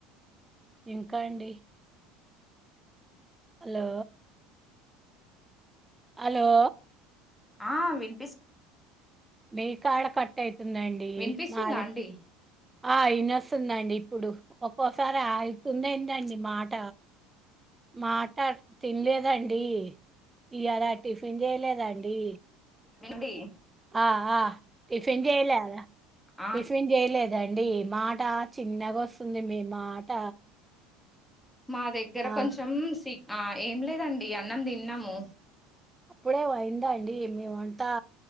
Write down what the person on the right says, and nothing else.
ఇంకా అండి హలో హలో
మీకా ఆడకట్టైతే తుందండి
మాది
ఆ ఇ విన్నొస్తుందండి ఇప్పుడు ఒక్కోసారి అవుతుంది ఏంటండి మాట మాట తినలేదండి ఇలా టిఫిన్ చేయలేదండి
ఆ ఆ టిఫిన్ చేయలేద
టిఫిన్ చేయలే అదండి ఏ మాట చిన్నగా వస్తుంది మేము మాట
ఆ
అప్పుడే అయిందా అండి మేమంతా